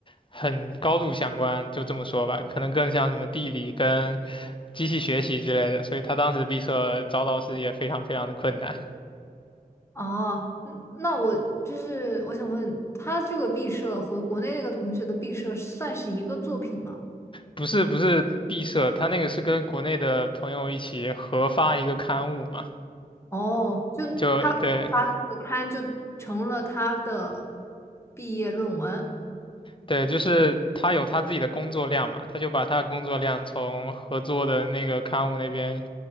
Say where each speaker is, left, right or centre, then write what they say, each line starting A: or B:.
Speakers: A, on the left; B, on the left.
A: 很高度相关，就这么说吧，可能更像什么地理跟。机器学习之类的，所以他当时毕设找老师也非常非常的困难。
B: 哦，嗯那我就是我想问，他这个毕设和国内那个同学的毕设算是一个作品吗？
A: 不是不是毕设，他那个是跟国内的朋友一起合发一个刊物嘛，
B: 哦，就他发的那个刊就成了他的
A: 就对
B: 毕业论文。
A: 对，就是他有他自己的工作量嘛，他就把他的工作量从合作的那个刊物那边